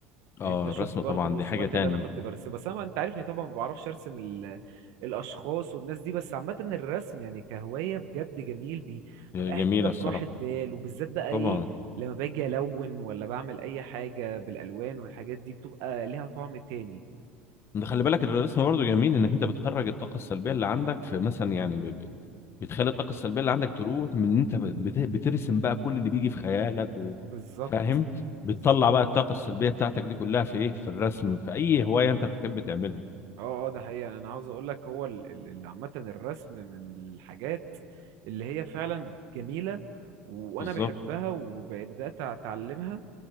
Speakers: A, on the left; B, on the right.
A: اه
B: يعني انت شفت
A: الرسم
B: برضو
A: طبعا
B: الرسومات
A: دي حاجه تاني
B: اللي انا كنت برسمها بس انا انت عارفني طبعا ما بعرفش ارسم ال... الاشخاص والناس دي بس عامه الرسم يعني كهوايه بجد جميل بي-
A: جميلة
B: بتبقى قاعد كده في
A: الصراحة
B: راحه بال وبالذات بقى
A: طبعا
B: ايه لما باجي الون ولا بعمل اي حاجه بالالوان والحاجات دي بتبقى ليها طعم تاني
A: انت خلي بالك الرسم برضه جميل انك انت بتخرج الطاقة السلبية اللي عندك في مثلا يعني ب- ب- بتخلي الطاقة السلبية اللي عندك تروح من ان انت بت- بترسم بقى كل اللي بيجي في خيالك و-
B: بالظبط
A: فاهم
B: بالظبط
A: بتطلع بقى الطاقة السلبية بتاعتك دي كلها في ايه في الرسم في اي هواية انت بتحب تعملها
B: اه اه ده حقيقي يعني انا عاوز اقول لك هو ال- ال- ال- عامه الرسم من الحاجات اللي هي فعلا جميله وانا
A: بالظبط
B: بحبها وبدات اتعلمها